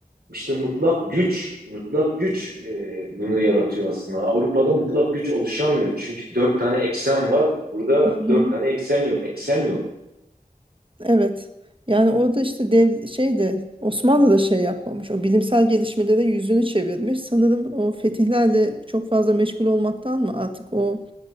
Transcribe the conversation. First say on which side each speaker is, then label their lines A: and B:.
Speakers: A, on the right; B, on the right.
A: İşte mutlak güç, mutlak güç e, bunu yaratıyor aslında. Avrupa'da mutlak güç oluşamıyor. Çünkü dört tane eksen var. Burada
B: Hı hı.
A: dört tane eksen yok. Eksen yok.
B: Evet. Yani orada işte dev şey de Osmanlı da şey yapmamış. O bilimsel gelişmelere yüzünü çevirmiş. Sanırım o fetihlerle çok fazla meşgul olmaktan mı artık o